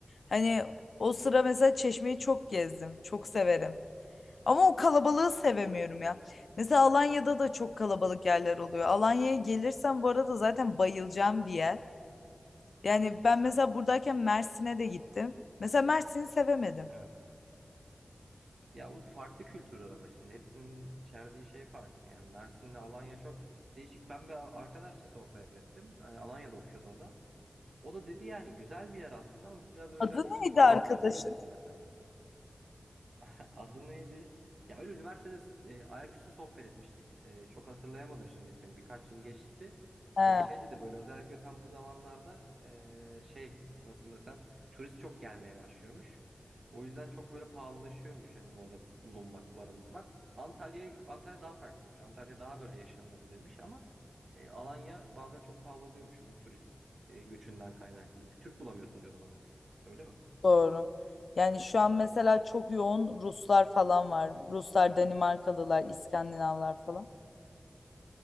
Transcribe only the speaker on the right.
Evet. Ya o farklı kültürler ama şimdi. Hepsinin içerdiği şey farklı. Yani Mersin'le Alanya çok değişik. Ben bir arkadaşla sohbet ettim. E, Alanya'da okuyordu o da. O da dedi yani güzel bir yer aslında ama biraz öğrenci
için pahalılaşabiliyor
dedi mesela. <laughs> Adı neydi? Ya öyle üniversitede e, ayaküstü sohbet etmiştik. E, çok hatırlayamadım şimdi ismini. Birkaç yıl geçti.
Ya şeydi de böyle özellikle tam bu zamanlarda e, şey nasıl desem turist çok gelmeye başlıyormuş. O yüzden çok böyle pahalılaşıyormuş hani orada bulunmak, barınmak. Antalya Antalya daha farklıymış. Antalya daha böyle yaşanılabilirmiş ama e, Alanya bazen çok pahalı oluyormuş bu turist e, göçünden kaynaklı. Türk bulamıyorsun diyordu bana. Öyle mi?